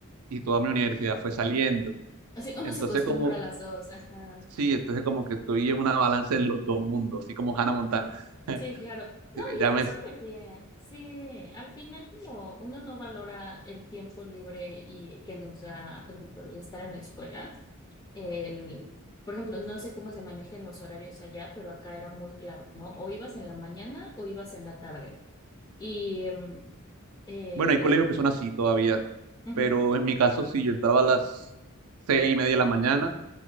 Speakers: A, on the right; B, on the left.
A: y toda mi universidad fue saliendo.
B: Así, uno
A: Entonces
B: se acostumbra
A: como,
B: a las dos, ajá.
A: sí, entonces como que estoy en una balanza en los dos mundos, así como Hannah Montana. <laughs>
B: Sí, claro. No,
A: Eh,
B: y
A: Ya
B: está
A: me,
B: súper bien. Sí, al final como uno no valora el tiempo libre y que nos da, por ejemplo, el estar en la escuela. el, por ejemplo, no sé cómo se manejan los horarios allá, pero acá era muy claro, ¿no? O ibas en la mañana o ibas en la tarde. Y, em, eh,
A: bueno, hay colegios que son así todavía,
B: ujú.
A: pero en mi caso sí, yo entraba a las seis y media de la mañana